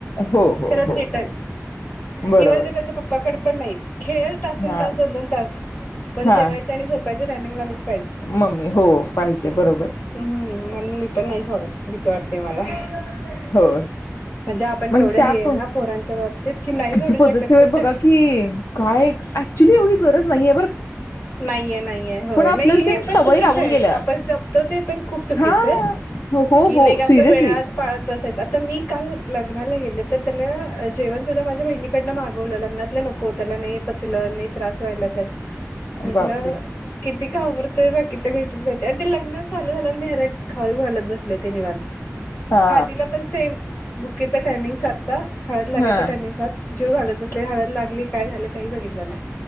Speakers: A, on the left (about 70°); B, on the left (about 45°).
A: हो हो
B: करत
A: हो
B: रिटर्न,
A: हो बरोबर
B: इवन तर त्याच्या पप्पाकड पण नाही खेळल तासन
A: हा
B: तास, दोन दोन तास, पण
A: हा
B: जेवायचे आणि झोपा्यायचे टाईमिंगलाच
A: मम्मी हो, पाहिजे बरोबर
B: हम्म म्हणून मी पण नाहीच वाडत, भीती वाटते मला म्हणजे
A: हो
B: आपण
A: मग
B: केवढं
A: त्या
B: हे
A: पण
B: ना, पोरांच्या बाबतीत कि नाही
A: किती
B: जोडू
A: पॉझिटिव्ह
B: शकत कुठं.
A: आहे बघा की काय, ऍक्च्युली एवढी गरज नाहीय
B: नाहीये नाहीये--हॊय,
A: आपल्याला
B: नाही हे
A: ते सवय
B: पण चुकीच
A: लागून
B: आहे.
A: गेल्या
B: आपण जपतो ते पण खूप चुकीच
A: हा
B: आहे,
A: हो
B: की
A: हो
B: नाही
A: सिरियसली
B: असं वेळा पाळत बसा तेच आता मी, काल लग्नाला गेले तर त्याला जेवण सुद्धा माझ्या बहिणीकडनं मागवलं लग्नातलं नको, त्याला नाही पचलं नाही त्रास व्हायला तर म्हटलं
A: बापरे
B: कि? ती घाबरतोय बाकीच्या गोष्टींसाठी ते लग्न चालू झालं आणि मी हरट खाऊ घालत बसले ते निवांत.
A: हा
B: हळदीला पण सेम भूकीेचा टायमिंग सातचा. हळद लागायच
A: हा
B: टाइमिंग सात जेवू घालत बसले हळद लागली काय झालं काही बघितलं नाही.